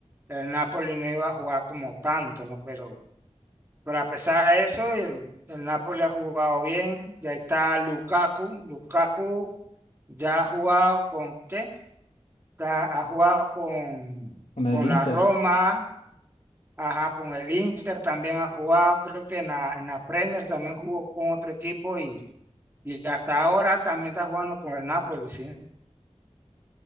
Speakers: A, on the right; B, on the left.
A: el Napoli no iba a jugar como tanto, ¿no? Pero, pero a pesar de eso, el, el Napoli ha jugado bien, y ahí está Lukaku, Lukaku ya ha jugado con, ¿qué? Ya ha jugado con,
B: con el
A: con
B: Inter.
A: la Roma, ajá, con el Inter también ha jugado, creo que en la, en la Premier también jugó con otro equipo y y hasta ahora también está jugando con el Napoli, sí.